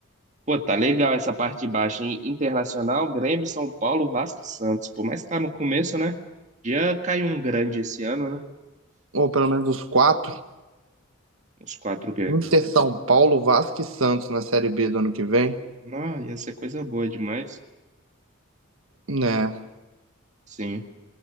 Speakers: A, on the right; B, on the right.
A: Pô, tá legal essa parte de baixo, hein? Internacional, Grêmio, São Paulo, Vasco e Santos. Por mais que tá no começo, né? Já caiu um grande esse ano, né?
B: Ou pelo menos os quatro.
A: Uns quatro G.
B: Inter, São Paulo, Vasco e Santos na Série B do ano que vem.
A: Não, ia ser coisa boa demais.
B: Né?
A: Sim.